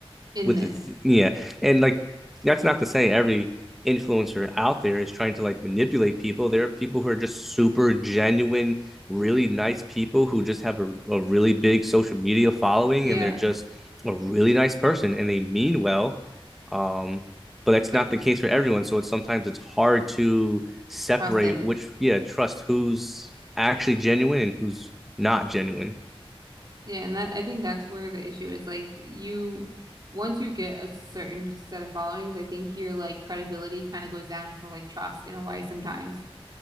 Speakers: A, on the right; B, in the centre.
A: in
B: with
A: this.
B: the th- yeah, and like that's not to say every influencer out there is trying to like manipulate people. There are people who are just super genuine, really nice people who just have a, a really big social media following
A: Yeah.
B: and they're just a really nice person and they mean well. Um, but that's
A: But
B: not the case for everyone. So it's sometimes it's hard to separate
A: trust it.
B: which, yeah, trust who's actually genuine and who's not genuine.
A: Yeah, and that I think that's where the issue is. Like you, once you get a certain set of followings, I think your like credibility kind of goes down for like trust in a way sometimes.